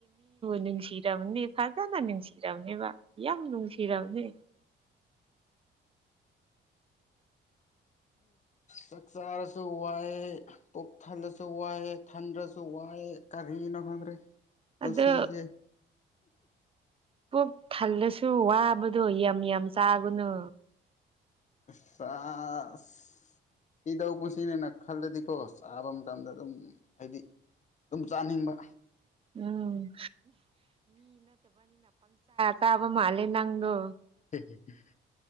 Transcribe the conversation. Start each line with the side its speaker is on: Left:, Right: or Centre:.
Right: ꯅꯨꯡꯁꯤꯔꯝꯅꯦ ꯐꯖꯅ ꯅꯨꯡꯁꯤꯔꯝꯃꯤꯕ ꯌꯥꯝ ꯅꯨꯡꯁꯤꯔꯝꯅꯤ
Left: ꯆꯥꯛ ꯆꯥꯔꯁꯨ ꯋꯥꯏꯑꯦ ꯄꯨꯛ ꯊꯜꯂꯁꯨ ꯋꯥꯏꯑꯦ ꯊꯟꯗꯁꯨ ꯋꯥ ꯌꯦ ꯀꯔꯤꯅꯣ ꯈꯗ꯭ꯔꯦ ꯄꯨꯟꯁꯤꯁꯦ
Right: ꯑꯗꯣ ꯄꯨꯛ ꯊꯜꯂꯁꯨ ꯋꯥꯕꯗꯣ ꯌꯥꯝ ꯌꯥꯝ ꯆꯥꯒꯨꯅꯨ
Left: ꯑꯁ ꯁꯥ ꯑꯁ ꯁꯤꯗꯧ ꯄꯨꯟꯁꯤꯅꯦꯅ ꯈꯜꯂꯗꯤꯀꯣ ꯆꯥꯕ ꯃꯇꯝꯗ ꯑꯗꯨꯝ ꯍꯥꯏꯗꯤ ꯑꯗꯨꯝ ꯆꯥꯅꯤꯡꯕ
Right: ꯎꯝ ꯇꯕ ꯃꯥꯂ ꯅꯪꯗꯨ
Left: <unintelligible>